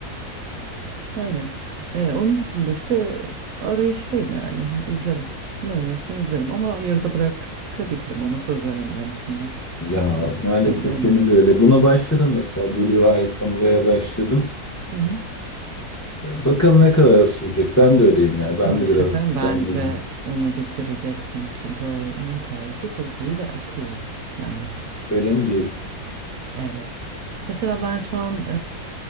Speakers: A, on the right; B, on the left.
A: Öyle. E, onun dışında işte arayıştayım yani. İzlerim. Ne önerirsen izlerim ama yarıda bırakabilirim ona söz veremiyorum şimdi.
B: Ya maalesef
A: Belli olmaz.
B: benim de öyle. Buna başladım mesela. Blue Eye Samurai'a başladım.
A: Hı hı.
B: Bakalım ne kadar sürecek. Ben de öyleyim ya.
A: Sana
B: Ben de
A: bir
B: biraz
A: şey söyleyeyim
B: sen
A: mi? bence
B: gibi.
A: onu bitireceksin. Çünkü onun hikayesi çok iyi ve akıyor yani.
B: Öyle mi diyorsun?
A: Evet. Mesela ben şu an